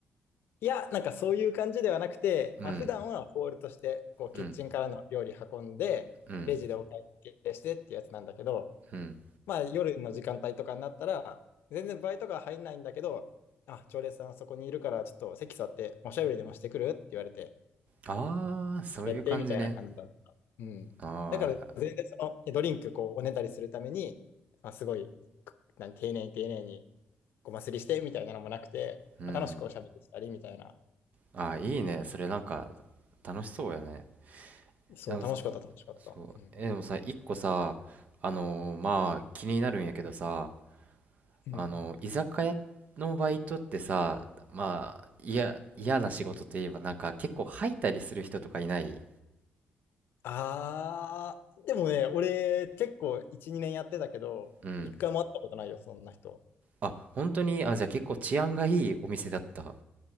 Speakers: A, on the left; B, on the right.
A: いや、なんかそういう感じではなくて、
B: うん、
A: まあ普段はホールとして、こう、
B: うん、
A: キッチンからの料理運んで、
B: うん、
A: レジでお会計してってやつなんだけど、
B: うん。
A: まあ夜の時間帯とかになったら、全然バイトが入んないんだけど、あ、常連さんあそこにいるからちょっと席座っておしゃべりでもしてくるって言われて、
B: ああ、そういう感じね。
A: 喋ってみたいな感じだった。うん。
B: ああ、
A: だから全然そのドリンクこうおねだりするために、まあ、すごい、くなん丁寧に丁寧にごますりしてみたいなのもなくて、
B: うん。
A: まあ楽しくおしゃべりしたりみたいな。
B: ああ、いいね。それなんか、楽しそうやね。
A: そう、
B: でも、
A: 楽しかった、
B: そ
A: 楽しかった。
B: そう。
A: うん。
B: え、でもさ、一個さ、あのーまあ、気になるんやけどさ、
A: うん。
B: あのー居酒屋のバイトってさ、まあ、いや、嫌な仕事といえば、なんか結構吐いたりする人とかいない
A: あー、でもね、俺結構1、2年やってたけど、
B: うん。
A: 一回も会ったことないよ、そんな人。
B: あ、本当に、あ、じゃあ結構治安がいいお店だった。